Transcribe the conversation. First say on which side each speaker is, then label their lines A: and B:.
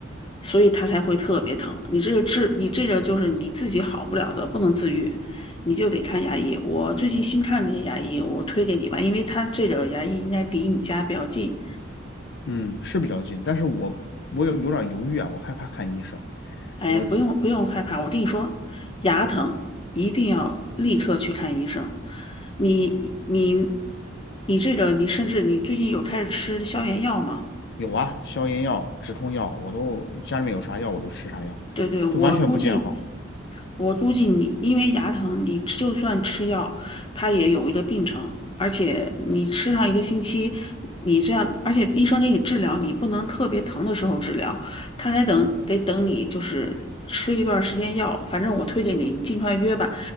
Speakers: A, on the left; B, on the left.
A: 所以它才会特别疼。你这个治，你这个就是你自己好不了的，不能自愈，你就得看牙医。我最近新看那些牙医，我推给你吧，因为他这个牙医应该离你家比较近，
B: 嗯，是比较近，但是我我有有点犹豫啊，我害怕看医生。
A: 哎，
B: 我
A: 不用不用害怕，我跟你说，牙疼一定要立刻去看医生。你你你这个，你甚至你最近有开始吃消炎药吗？
B: 有啊，消炎药、止痛药，我都家里面有啥药我就吃啥药，
A: 对对，我估计
B: 就完全不见好。
A: 我估计你因为牙疼，你吃就算吃药，它也有一个病程，而且你吃上一个星期，你这样，而且医生给你治疗，你不能特别疼的时候治疗，他还等得等你就是吃一段时间药。反正我推荐你尽快约吧，